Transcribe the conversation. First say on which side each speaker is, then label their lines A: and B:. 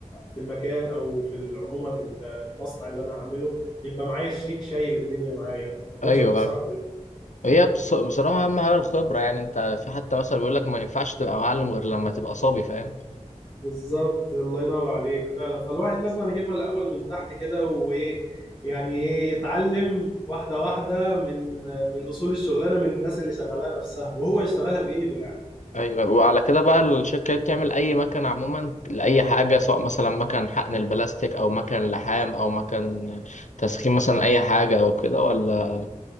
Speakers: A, on the left (about 35°); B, on the left (about 75°).
A: في المكان او في ال- عموما ال- المصنع اللي انا هعمله يبقى معايا شريك شايل الدنيا معايا ما تكونش
B: ايوه
A: الخساره
B: ايوه
A: كلها
B: هي بص- بصراحة اهم حاجة الخبرة يعني انت في حتى مثلا بيقول لك ما ينفعش تبقى معلم غير لما تبقى صبي فاهم
A: بالظبط الله ينور عليك فعلا فالواحد لازم يجيبها الاول من تحت كده وايه يعني ايه يتعلم واحده واحده من من اصول الشغلانه من الناس اللي شغالها نفسها وهو يشتغلها بايده يعني
B: ايوه وعلى كده بقى الشركه دي بتعمل اي مكن عموما لاي حاجه سواء مثلا مكن حقن البلاستيك او مكن لحام او مكن تسخين مثلا اي حاجه او كده ولا